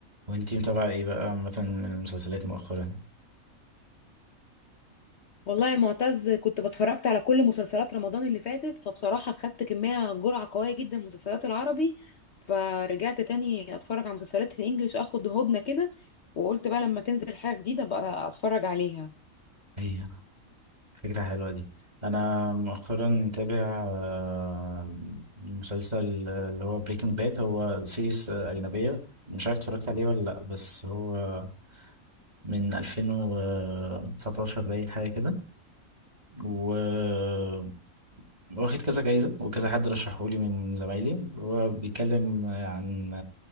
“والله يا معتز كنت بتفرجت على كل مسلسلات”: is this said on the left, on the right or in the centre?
Left